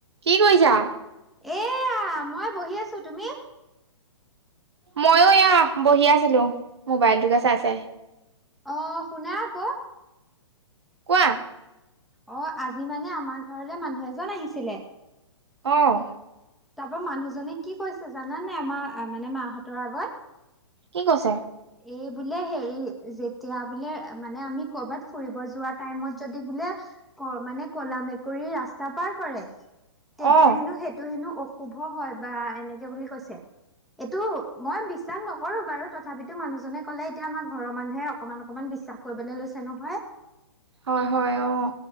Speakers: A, on the right (about 60°); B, in the centre.
A: কি কৰিছা?
B: এয়া মই বহি আছো তুমি?
A: মইও এয়া বহি আছিলোঁ মোবাইলটোকে চাই চাই।
B: অঁ শুনা আক।
A: কোৱা-
B: অঁ আজি মানে আমাৰ ঘৰলে মানুহ এজন আহিছিলে-
A: অঁ!
B: তাৰ পৰা মানুহজনে কি কৈছে জানানাই আমাৰ মানে মাহঁতৰ আগত।
A: কি কৈছে?
B: এই বোলে হেৰি যেতিয়া বোলে মানে আমি কৰবাত ফুৰিব যোৱা টাইমত যদি বোলে- মানে কলা মেকুৰী ৰাস্তা পাৰ কৰে তেতিয়া
A: অঁ
B: হেনো সেইটো হেনো- শুভ হয় বা এনেকে বুলি কৈছে। এইটো মই বিশ্বাস নকৰো বাৰু তথাপিতো মানুহজনে কলে এতিয়া আমাৰ ঘৰৰ মানুহে অকমান অকমান বিশ্বাস- কৰিবলে লৈছে নহয়।
A: হয়ঁ হয়ঁ অঁ